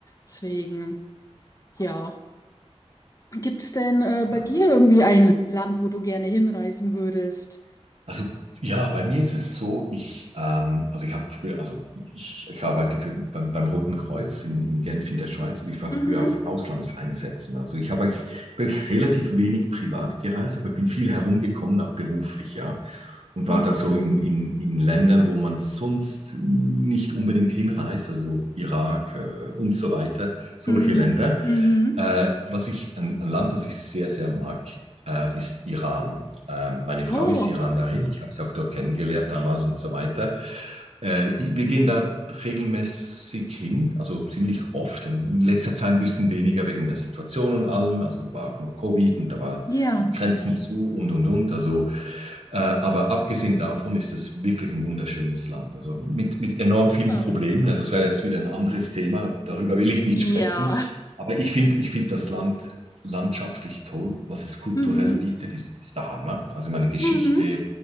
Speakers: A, on the left (about 30°); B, on the right (about 65°).
A: Deswegen, ja. Gibt es denn äh,
B: genau,
A: bei dir
B: ja.
A: irgendwie ein Land, wo du gerne hinreisen würdest?
B: Also ja, bei mir ist es so, ich, ähm, also ich habe früher, also ich, ich arbeite für, beim, beim Roten Kreuz in, in Genf in der Schweiz und ich war
A: Mhm.
B: früher auf Auslandseinsätzen. Also ich habe eigentlich wirklich relativ wenig privat gereist, aber ich bin viel herumgekommen, auch beruflich, ja. Und war
A: Mhm.
B: da so in, in, in Ländern, wo man sonst nicht unbedingt hinreist, also Irak, äh, und so weiter, solche
A: Mhm.
B: Länder.
A: Mhm.
B: Äh, was ich, ein, ein Land, das ich sehr, sehr mag, äh, ist Iran. Ähm, meine Frau
A: Oh,
B: ist Iranerin, ich habe sie auch dort kennengelernt damals und so weiter. Äh, wir gehen da regelmäßig hin, also ziemlich oft. In letzter Zeit ein bisschen weniger wegen der Situation und allem. Also es war auch noch Covid und da war
A: ja.
B: die Grenzen zu und und und. Also, äh, aber abgesehen davon ist es wirklich ein wunderschönes Land. Also mit, mit enorm vielen
A: Ah.
B: Problemen. ne? Das wäre jetzt wieder ein anderes Thema. Darüber will ich nicht
A: Ja.
B: sprechen. Aber ich finde, ich finde das Land landschaftlich toll, was es kulturell
A: Mhm.
B: bietet, ist, ist der Hammer. Also meine Geschichte,
A: Mhm.